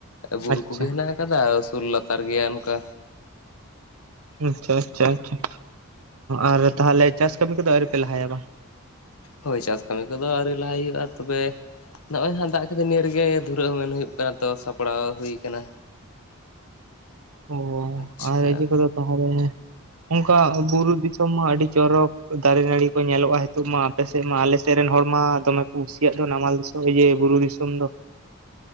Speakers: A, on the left; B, on the right.
A: ᱵᱩᱨᱩ
B: ᱟᱪᱪᱷᱟ
A: ᱠᱚᱜᱮ ᱦᱮᱱᱟᱜ ᱟᱠᱟᱼᱟ ᱟᱠᱟ ᱩᱥᱩᱞ ᱞᱟᱛᱟᱨ ᱜᱮᱭᱟ ᱚᱱᱠᱟ
B: ᱟᱪᱷᱟ ᱟᱪᱷᱟ ᱟᱪᱷᱟ ᱟᱨ ᱛᱟᱦᱚᱞᱮ ᱪᱟᱥ ᱠᱟᱹᱢᱤ ᱠᱚᱫᱚ ᱟᱹᱣᱨᱤᱯᱮ ᱞᱟᱦᱟᱭᱟ ᱵᱟᱝ?
A: ᱦᱳᱭ ᱪᱟᱥ ᱠᱟᱹᱢᱤ ᱠᱚᱫᱚ ᱟᱹᱣᱨᱤ ᱞᱟᱦᱟᱭ ᱦᱩᱭᱩᱜᱼᱟ ᱛᱚᱵᱮ ᱱᱚᱜᱼᱚᱭ ᱦᱟᱸᱜ ᱫᱟᱜ ᱠᱟᱛᱮ ᱱᱤᱭᱟᱹ ᱨᱮᱜᱮ ᱫᱷᱩᱨᱟᱹᱣ ᱢᱮᱱ ᱦᱩᱭᱩᱜ ᱠᱟᱱᱟ ᱛᱚ ᱥᱟᱯᱲᱟᱣ ᱦᱩᱭ ᱟᱠᱟᱱᱟ᱾
B: ᱚᱻᱚ
A: ᱟᱪᱪᱷᱟ
B: ᱟᱨ ᱤᱡᱟᱹ ᱠᱚᱫᱚ ᱛᱟᱦᱚᱞᱮ ᱚᱱᱠᱟ ᱵᱩᱨᱩ ᱫᱤᱥᱚᱢ ᱢᱟ ᱟᱹᱰᱤ ᱪᱚᱨᱚᱠ ᱫᱟᱨᱮ ᱱᱟᱹᱲᱤ ᱠᱚ ᱧᱮᱞᱚᱜᱼᱟ ᱱᱤᱛᱚᱜ ᱢᱟ᱾ ᱟᱞᱮ ᱥᱮᱫ ᱢᱟ ᱟᱞᱮ ᱥᱮᱫ ᱨᱮᱱ ᱦᱚᱲ ᱢᱟ ᱫᱚᱢᱮ ᱠᱚ ᱠᱩᱥᱤᱭᱟᱜ ᱫᱚ ᱱᱟᱢᱟᱞ ᱫᱤᱥᱚᱢ ᱡᱮ ᱵᱩᱨᱩ ᱫᱤᱥᱚᱢ ᱫᱚ